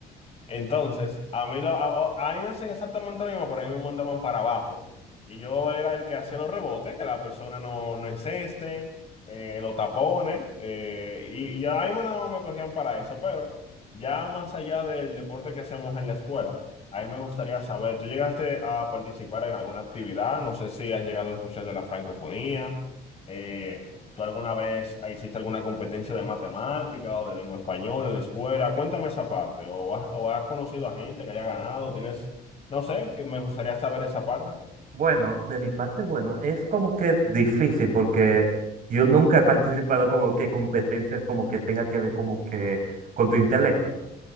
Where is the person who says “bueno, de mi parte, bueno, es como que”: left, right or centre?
Right